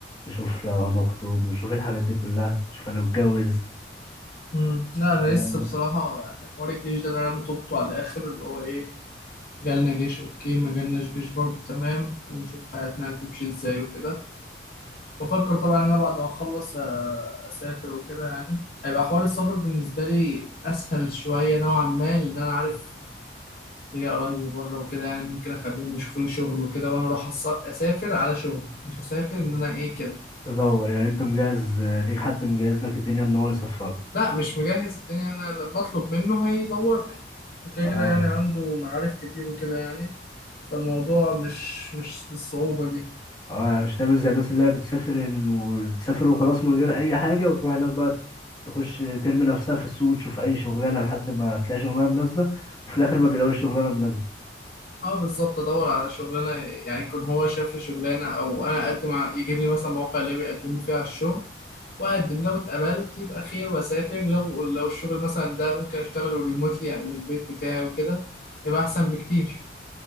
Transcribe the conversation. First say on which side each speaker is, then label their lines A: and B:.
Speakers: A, on the left; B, on the left.
A: نشوف لو هنخطب نشوف الحاجات دي كلها نشوف لو اتجوز
B: مم. لا أنا
A: آه،
B: لسه بصراحة يعني حوار الجيش ده اللي أنا بتوبته على الآخر اللي هو إيه جالنا جيش أوكي ما جالناش جيش برضه تمام ونشوف حياتنا هتمشي إزاي وكده بفكر طبعا إن أنا بعد ما أخلص آه، أسافر وكده يعني هيبقى حوار السفر بالنسبة لي أسهل شوية نوعا ما لأن أنا عارف ليا قرايبي بره وكده يعني ممكن اخليهم يشوفوا لي شغل وكده وانا اروح أص- اسافر على شغل مش هسافر ان انا ايه كده
A: تدور يعني انت مجهز آه، ليك حد مجهز لك الدنيا ان هو يسفرك
B: لا مش مجهز الدنيا انا لما اطلب منه هيدور لي وكده
A: اه
B: كده يعني عنده معارف كتير وكده يعني فالموضوع مش مش بالصعوبة دي
A: اه يعني مش تعمل زي الناس اللي هي بتسافر إن- بتسافر وخلاص من غير اي حاجة وتروح هناك بقى تخش ترمي نفسها في السوق تشوف اي شغلانة لحد ما تلاقي شغلانة مناسبة وفي الاخر ما بيلاقوش شغلانة مناسبة
B: اه بالظبط ادور على شغلانه يعني يكون هو شاف لي شغلانه او انا اقدم ع- يجيب لي مثلا موقع اللي بيقدموا فيه على الشغل واقدم لو اتقبلت يبقى خير واسافر لو لو الشغل مثلا ده ممكن اشتغله ريموتلي يعني من البيت بتاعي وكده يبقى احسن بكتير